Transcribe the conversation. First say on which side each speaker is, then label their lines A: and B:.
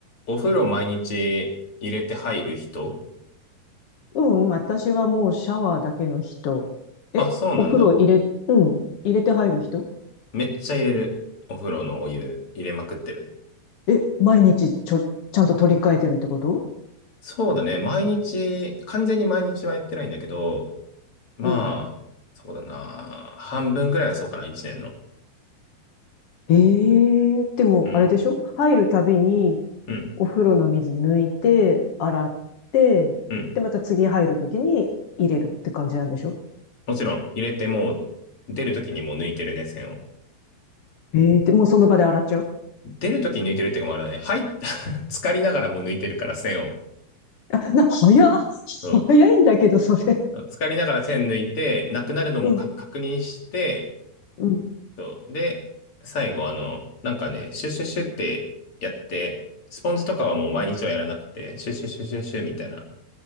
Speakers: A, on the left; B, on the left.
A: お風呂毎日入れて入る人
B: うん、私はもうシャワーだけの人。え、
A: あ、そうなんだ。
B: お風呂入れ、うん、入れて入る人
A: めっちゃ入れる。お風呂のお湯入れまくってる。
B: え、毎日ちょ、ちゃんと取り替えてるってこと
A: そうだね。毎日、完全に毎日はやってないんだけど、まあ、
B: うん。
A: そうだな。半分ぐらいはそうかな、一年の。
B: ええでも、
A: うん、
B: あれでしょ入るたびに、
A: うん、
B: お風呂の水抜いて、洗って、
A: うん。
B: で、また次入るときに入れるって感じなんでしょ
A: もちろん、入れてもう、出るときにもう抜いてるね、線を。
B: ええで、もうその場で洗っちゃう
A: 出るときに抜いてるっていうかもあれだね。はい、<laughs> 浸かりながらもう抜いてるから、線を。
B: あ、な、早っ
A: そ
B: 早いんだけど、それ。
A: うん。浸かりながら線抜いて、なくなるのもか確認して、
B: うん、うん。
A: そう。で、最後、あの、なんかね、シュッシュッシュッってやって、スポンジとかはもう毎日はやらなくて、シュッシュッシュッシュッシュッみたいな、